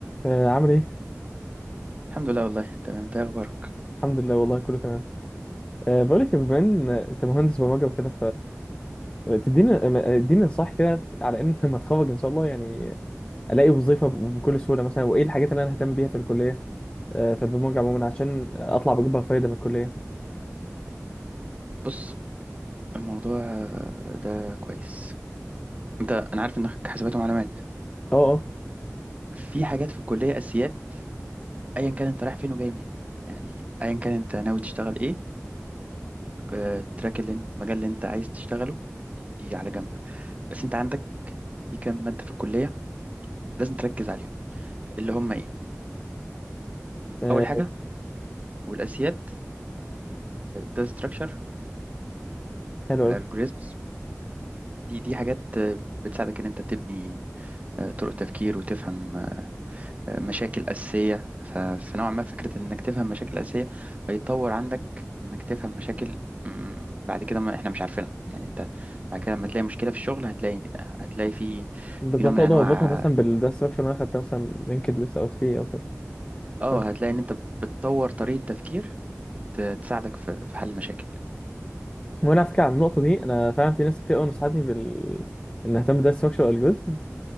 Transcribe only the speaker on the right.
الحمد لله والله تمام انت ايه اخبارك
بص الموضوع آه، ده كويس انت انا عارف انك حسابات ومعلومات
في حاجات في الكليه اساسيات ايا كان انت رايح فين وجاي منين يعني ايا كان انت ناوي تشتغل ايه آه، التراك اللي انت المجال اللي انت عايز تشتغله دي على جنب بس انت عندك في كام ماده في الكليه لازم تركز عليهم اللي هم ايه
اول حاجه والاساسيات ده ستراكشر
والالجوريزمز
دي دي حاجات آه، بتساعدك ان انت تبني آه، طرق تفكير وتفهم مشاكل أساسية ف- فنوعا ما فكرة إنك تفهم مشاكل أساسية هيتطور عندك إنك تفهم مشاكل مم، بعد كده ما إحنا مش عارفينها يعني أنت بعد كده لما تلاقي مشكلة في الشغل هتلاقي هتلاقي في
في نوع من
أنواع
آه
هتلاقي إن أنت بتطور طريقة تفكير ت- تساعدك في في حل المشاكل